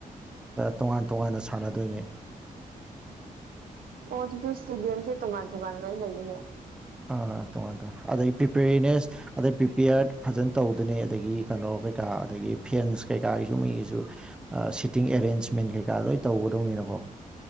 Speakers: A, in the centre; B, on the right.
A: ꯇꯣꯉꯥꯟ ꯇꯣꯉꯥꯟꯅ ꯁꯥꯟꯅꯗꯣꯏꯅꯤ
B: ꯑꯣ ꯑꯗꯨꯗꯤ ꯁꯇꯦꯗꯤꯌꯝ ꯇꯃꯥꯟ ꯇꯃꯥꯟꯅ ꯂꯩꯅꯦꯣ
A: ꯑꯥ ꯇꯣꯉꯥꯟ ꯇꯣꯉꯥꯟ ꯑꯗꯩ ꯄ꯭ꯔꯤꯄꯦꯔꯦꯅꯦꯁ ꯑꯗꯩ ꯄ꯭ꯔꯤꯄꯦꯌꯔꯠ ꯐꯖꯅ ꯇꯧꯗꯅꯦ ꯑꯗꯒꯤ ꯀꯩꯅꯣ ꯀꯩꯀꯥ ꯑꯗꯒꯤ ꯐꯦꯟꯁ ꯀꯩꯀꯥꯒꯤꯁꯨꯨꯝ ꯃꯒꯤꯁꯨ ꯁꯤꯠ ꯤꯡ ꯑꯦꯔꯦꯟꯃꯦꯟ ꯀꯩ ꯂ ꯇꯧꯒꯗꯧꯅꯤꯅꯀꯣ